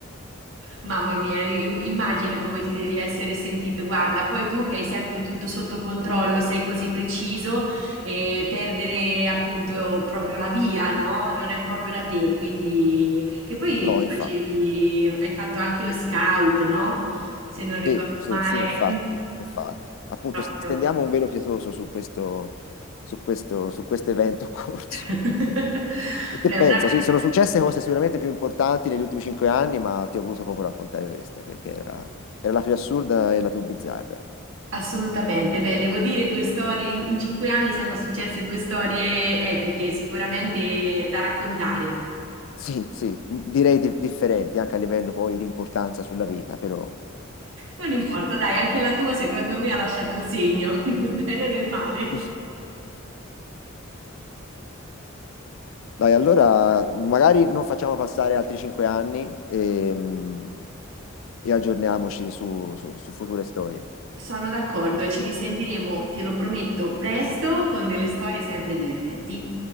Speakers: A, on the right (about 70°); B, on the left (about 65°).
A: Mamma mia, im- immagino come ti devi essere sentito. Guarda, poi tu che hai sempre tutto sotto controllo, sei così preciso e perdere appunto proprio la via, no? Non è proprio da te, quindi... Che poi
B: No,
A: tu
B: infatti.
A: facevi, hai fatto anche lo scout, no? Se non ricordo
B: Sì, sì,
A: male,
B: sì, infatti,
A: eh, quindi
B: infatti. Appunto,
A: proprio...
B: st- stendiamo un velo pietoso su questo, su questo, su questo evento <laughs> corso.
A: <laughs>
B: E che
A: Beh,
B: pensa?
A: una
B: Sì, sono successe cose sicuramente più importanti negli ultimi cinque anni, ma ti ho voluto proprio raccontare questa, perché era, era la più assurda e la più bizzarra.
A: Assolutamente, beh, devo dire due storie, in in cinque anni sono successe due storie epiche, sicuramente da raccontare.
B: Sì, sì, m- direi di- differenti anche a livello poi di importanza sulla vita, però,
A: Non
B: però
A: importa,
B: sì.
A: dai, anche la tua secondo me ha lasciato il segno, <laughs> nel bene e nel male.
B: <laughs> Dai, allora magari non facciamo passare altri cinque anni e, mm, e aggiorniamoci su, su su future storie.
A: Sono d'accordo, ci risentiremo, te lo prometto, presto con delle storie sempre divertenti.